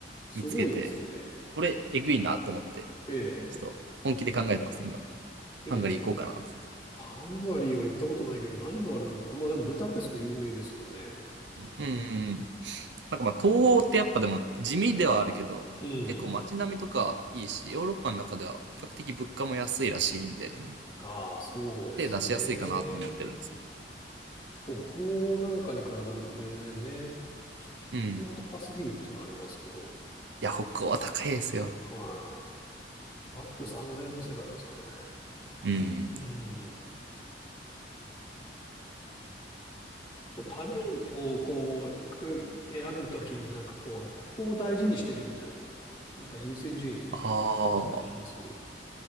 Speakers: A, on the left; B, on the right.
A: すごいですね。
B: 見つけて、これ、えぐいなと思って、
A: え
B: ちょっと本気で考えてますね、今。
A: え、
B: ハンガリー行こうかなって。
A: いいですね。ハンガリーは行ったことないけど、何があるんだろう。まあでも、ブダペスト有名ですよね。
B: うんうんうん。なんかまあ、東欧ってやっぱでも地味ではあるけど、
A: うん。
B: 結構街並みとかいいし、ヨーロッパの中では比較的物価も安いらしいんで、
A: ああ、そうですね。
B: 手出しやすいかなって思ってるんですけどね。
A: 北欧なんかに比べると全然ね、ちょっと北欧高すぎるっていうのはありますけど、
B: うん。いや、北欧は高いですよ。
A: はい。マック3000円の世界ですからね。
B: うん。
A: うん。そう、旅をこう、行く、選ぶときになんかこう、ここを大事にしてるみたいなのって、なんか優先順位というか、
B: あ
A: なんかあったりします
B: あ。